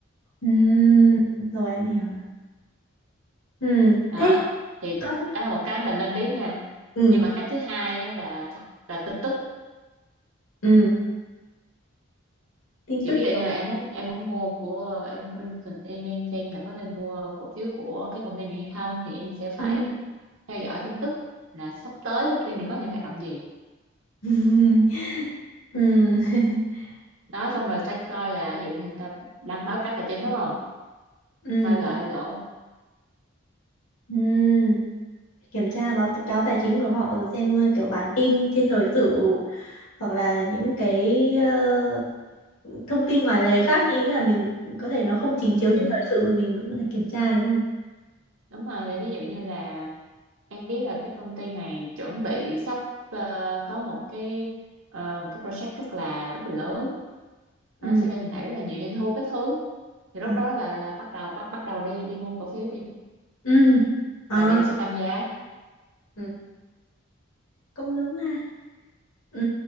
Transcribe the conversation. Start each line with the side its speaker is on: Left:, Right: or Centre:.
Left: ừm. Rồi em hiểu rồi. Ừm,
Right: đó
Left: thế
Right: thì
Left: có
Right: đó là một cái mình nên biết nha
Left: ừm,
Right: nhưng mà cái thứ hai á, là th- là tin tức
Left: ừm, tin
Right: chỉ
Left: tức
Right: ví dụ như mà em muốn em muốn mua của em muốn em, cần- em nên xem là có nên mua cổ phiếu của cái công ty này hay không thì em sẽ phải
Left: Ừ. ừm,
Right: theo dõi tin tức là sắp tới công ty này có những hoạt động gì
Left: <laughs> ừm, <laughs>
Right: đó xong rồi phải coi là ví dụ như người ta đang báo cáo tài chính đúng không
Left: ừm,
Right: coi lợi hay lỗ
Left: ừm. Kiểm tra báo cáo tài chính của họ rồi xem ờ, kiểu bản tin trên thời sự hoặc là những cái ờ, thông tin ngoài lề khác như ý là mình có thể nó không trình
Right: ừ,
Left: chiếu trên thời sự mà mình cũng phải kiểm tra đúng không?
Right: đúng rồi thì ví dụ như là Em biết là cái công ty này chuẩn bị sắp ờ, có một cái ờ, một cái project rất là rất là lớn
Left: ừ
Right: Nó sẽ đem lại rất là nhiều doanh thu cái thứ thì lúc
Left: ờ,
Right: đó là bắt đầu bắt bắt đầu đi đi mua cổ phiếu đi
Left: ừ ờ
Right: tại vì nó sẽ tăng giá
Left: ừ, cũng đúng ha ừ